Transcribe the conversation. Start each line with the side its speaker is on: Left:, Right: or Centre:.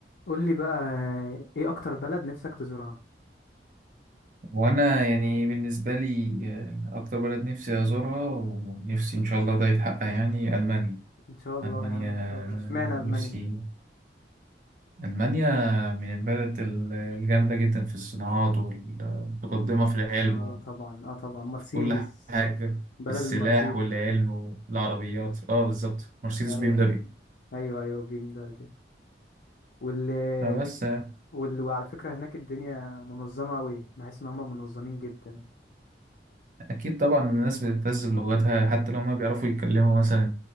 Left: قول لي بقى ايه اكتر بلد نفسك تزورها
Right: وانا يعني بالنسبه لي آه، اكتر بلد نفسي ازورها ونفسي ان شاء الله ده يتحقق يعني المانيا
Left: ان شاء الله
Right: المانيا
Left: يعني ان
Right: آه،
Left: شاء الله اشمعنى المانيا
Right: نفسي المانيا من البلد ال- الجامده جدا في الصناعات والمتقدمه في العلم
Left: اه
Right: وفي
Left: طبعا اه طبعا مرسيدس
Right: كل حاجه
Left: بلد
Right: في السلاح
Left: المرسيدس
Right: والعلم والعربيات اه بالظبط مرسيدس
Left: ايوه
Right: بي ام دبليو
Left: ايوه ايوه بيم دي واللي
Right: فبس آه،
Left: وال... وعلى فكرة هناك الدنيا منظمة قوي بحس ان هم منظمين جدا
Right: اكيد طبعا الناس بتهتز بلغتها حتى لو ما بيعرفوا يتكلموا مثلا